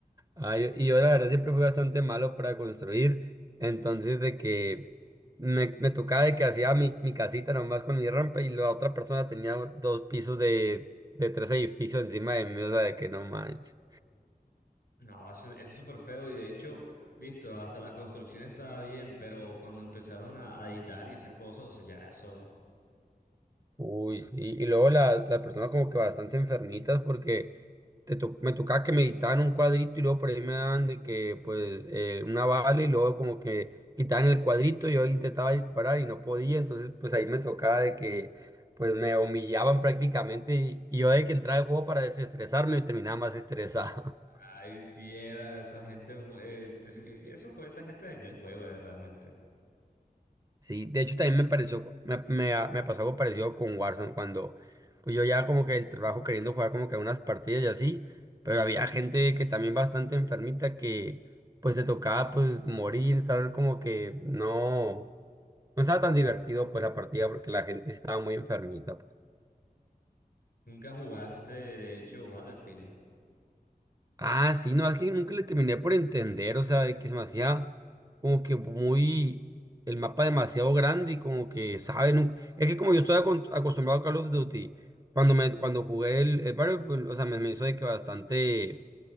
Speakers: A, on the right; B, on the left.
A: Ah, yo- y yo la verdad siempre fui bastante malo para construir, entonces de que me, me tocaba de que hacía mi, mi casita nomás con mi rampa y la otra persona tenía dos pisos de, de tres edificios encima de mí, o sea, de que no manches.
B: No, eso, eso es súper feo y de hecho, listo, hasta la construcción estaba bien, pero cuando empezaron a, a editar y esas cosas, o sea, ya eso,
A: Uy, sí. Y luego la- las personas como que bastante enfermitas porque te to- me tocaba que meditaban un cuadrito y luego por ahí me daban de que pues eh, una bala y luego como que quitaban el cuadrito y yo intentaba disparar y no podía, entonces pues ahí me tocaba de que pues me humillaban prácticamente y, y yo de que entraba al juego para desestresarme y terminaba más estresado.
B: ay, sí era esa gente, mu- eh, te- eso fue esa gente dañó el juego eh, realmente.
A: Sí, de hecho también me pareció, me, me, ha- me pasó algo parecido con Warzone, cuando pues yo ya como que el trabajo queriendo jugar como que unas partidas y así, pero había gente que también bastante enfermita que pues se tocaba pues morir, tal como que no, no estaba tan divertido pues la partida porque la gente sí estaba muy enfermita.
B: Nunca jugaste, de hecho, Battlefield.
A: Ah, sí, no, es que nunca le terminé por entender, o sea, de que se me hacía como que muy, el mapa demasiado grande y como que, ¿sabes? Nunca- es que como yo estoy acon- acostumbrado a Call of Duty, cuando me, cuando jugué el, el Battlefield, o sea, me, me hizo de que bastante,